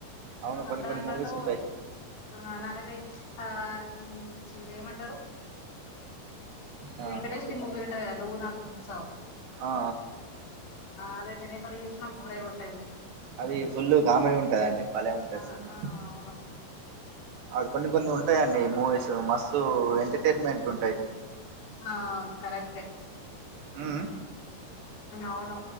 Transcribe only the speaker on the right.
అవును
కొన్ని కొన్ని
మూవీస్ ఉంటాయి
ఆ
చెప్పండి.
ఆ ఆ.
అది ఫుల్ కామెడీ ఉంటదండి భలే ఉంటది
సినిమా
అవి కొన్ని కొన్ని ఉంటాయిండి మూవీస్ మస్తు ఎంటర్టైన్మెంట్ ఉంటాయి
మ్మ్